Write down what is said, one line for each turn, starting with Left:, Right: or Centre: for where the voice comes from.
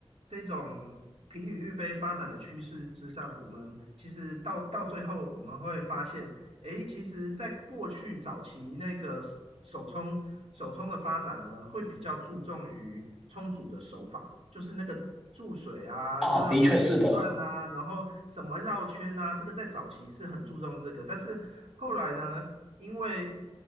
Right: 这种平履率杯发展的趋势之上，我们其实到到最后，我们会发现，诶，其实，在过去早期那个手手冲手冲的发展呢，会比较注重于冲煮的手法，就是那个注水啊，
Centre: 哦，
Right: 又要分时段啊，
Centre: 的确是的，
Right: 然后怎么绕圈啊，这个在早期是很注重这个，但是后来呢？因为